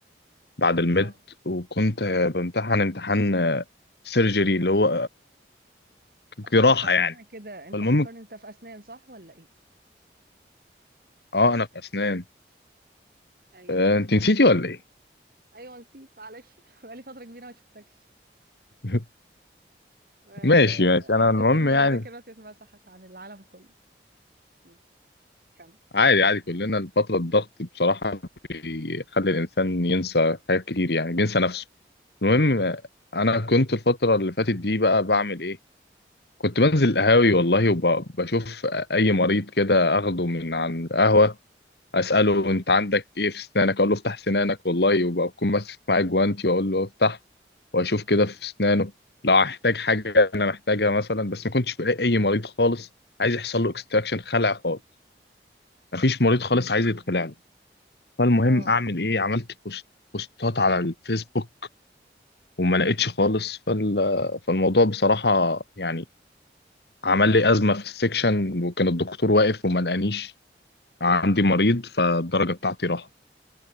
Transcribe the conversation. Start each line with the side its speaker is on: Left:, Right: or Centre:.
Left: بعد الميد
Right: اه
Left: وكنت بمتحن امتحان سيرجري اللي هو جراحة
Right: صح صح فكرني
Left: يعني
Right: كده انت
Left: فالمهم
Right: فكرني انت في اسنان صح ولا ايه
Left: اه أنا في أسنان
Right: ايوه
Left: آه، أنت نسيتي ولا إيه؟
Right: ايوه نسيت معلش <laughs> بقالي فتره كبيره ما شفتكش
Left: <laughs>
Right: آه،
Left: ماشي ماشي
Right: حسيت
Left: أنا المهم
Right: ان
Left: يعني
Right: ذاكرتي اتمسحت عن العالم كله م، كمل
Left: عادي عادي كلنا الفترة الضغط بصراحة بيخلي الإنسان ينسى حاجات كتير يعني بينسى نفسه المهم أنا كنت الفترة اللي فاتت دي بقى بعمل إيه كنت بنزل القهاوي والله وبشوف أي مريض كده أخده من عن القهوة أسأله أنت عندك إيه في أسنانك أقول له افتح سنانك والله وبكون ماسك معاه جوانتي وأقول له افتح وأشوف كده في أسنانه لو هحتاج حاجة أنا محتاجها مثلا بس ما كنتش بلاقي أي مريض خالص عايز يحصل له اكستراكشن خلع خالص مفيش مريض خالص عايز يتخلع له فالمهم
Right: اه
Left: اعمل ايه عملت بوست بوستات على الفيسبوك وما لقيتش خالص فال... فالموضوع بصراحة يعني عمل لي أزمة في السكشن وكان الدكتور واقف وما لقانيش عندي مريض فالدرجة بتاعتي راحت